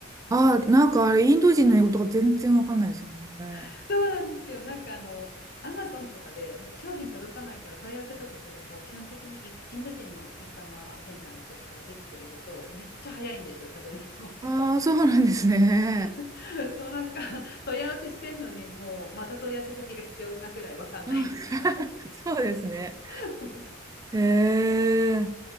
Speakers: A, on the right; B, on the left.
A: ああ、なんかあれ、インド人の英語とか全然わかんないですよね。
B: <laughs> そうなんですよ。なんかあの、アマゾンとかで商品届かないから問い合わせとかすると、基本的にイインド人のカスタマーセンターの人とかが出てくれると、めっちゃ早いんですよ、喋るの。
A: ああー、そうなんですね。
B: <laughs> そうなんか問い合わせしてんのに、もうまた問い合わせ先が必要なくらいわかんないんですよ。
A: うん <laughs> そうですね。
B: <laughs>
A: へえ、